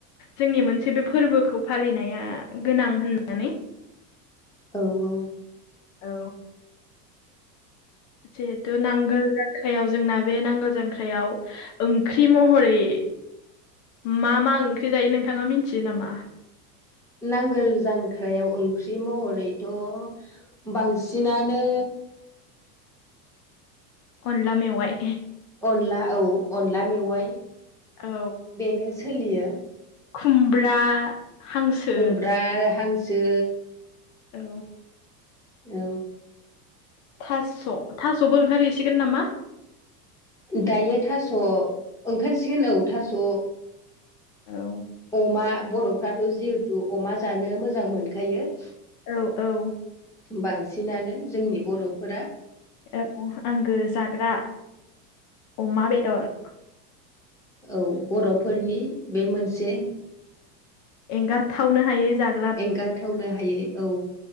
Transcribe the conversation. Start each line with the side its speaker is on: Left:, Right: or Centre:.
Left: जोंनि मोनसे बे फोरबोखौ फालिनाया गोनां होननानै।
Centre: औ औ।
Left: औ। जिहेथ' नांगोल जों जांख्रायाव जोंना बे नांगोल जांख्रायाव ओंख्रि महरै मा मा ओंख्रि जायो नोंथाङा मिथियो नामा?
Centre: नांगोल जांख्रायाव ओंख्रि महरैथ' बांसिनानो
Left: अनला मेवाइ।
Centre: अनला औ अनला मेवाइ।
Left: औ
Centre: बेनो सोलियो
Left: खुमब्रा। हांसो
Centre: खुमब्रा आरो हांसो
Left: औ।
Centre: औ।
Left: थास' थास'बो ओंखारहैसिगोन नामा?
Centre: दायो थास' ओंखारसिगोन औ थास'
Left: औ
Centre: अमा बर'फ्राथ' जिहेथु अमा जानो मोजां मोनखायो।
Left: औ औ।
Centre: बांसिनानो जोंनि बर'फोरा
Left: औ आंगो जाग्रा अमा बेदर
Centre: औ बर'फोरनि बे मोनसे
Left: एंगारथावनो हायै जागोन।
Centre: एंगारथावनो हायै औ।